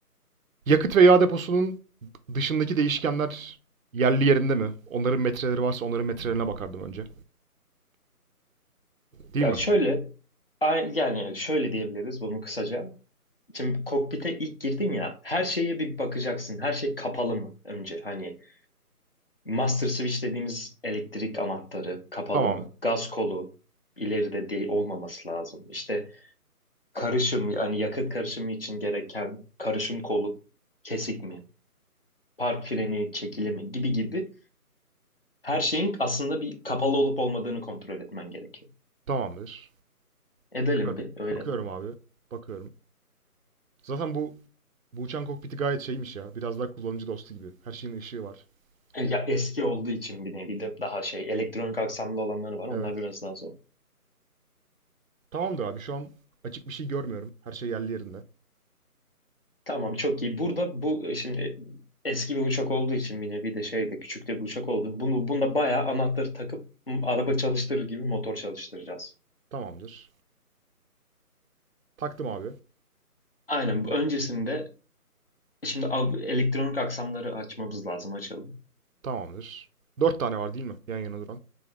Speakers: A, on the right (about 60°); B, on the left (about 40°).
A: Yakıt ve yağ deposunun dışındaki değişkenler yerli yerinde mi? Onların metreleri varsa onların metrelerine bakardım önce. Değil
B: Yani
A: mi?
B: şöyle a- yani şöyle diyebiliriz bunu kısaca. Şimdi kokpite ilk girdin ya her şeye bir bakacaksın. Her şey kapalı mı önce? Hani master switch dediğimiz elektrik anahtarı kapalı
A: Tamam.
B: mı? Gaz kolu ileride değil olmaması lazım. İşte karışım yani yakıt karışımı için gereken karışım kolu kesik mi? Park freni çekili mi? Gibi gibi her şeyin aslında bir kapalı olup olmadığını kontrol etmen gerekiyor.
A: Tamamdır.
B: Edelim
A: Bakıyorum.
B: bir öyle
A: Bakıyorum
B: mi?
A: abi. Bakıyorum. Zaten bu bu uçan kokpiti gayet şeymiş ya. Biraz daha kullanıcı dostu gibi. Her şeyin ışığı var.
B: E, Ya
A: Biliyorsun.
B: eski olduğu için bir nevi de daha şey elektronik aksamlı olanları var. Onlar
A: Evet.
B: biraz daha zor.
A: Tamamdır abi. Şu an açık bir şey görmüyorum. Her şey yerli yerinde.
B: Tamam çok iyi. Burada bu e, şimdi eski bir uçak olduğu için bir nevi de şey de küçük de bir uçak oldu. Bunu bunda bayağı anahtarı takıp m, araba çalıştırır gibi motor çalıştıracağız.
A: Tamamdır. Taktım abi.
B: Aynen bu öncesinde şimdi av- elektronik aksamları açmamız lazım açalım.
A: Tamamdır. Dört tane var değil mi? Yan yana duran.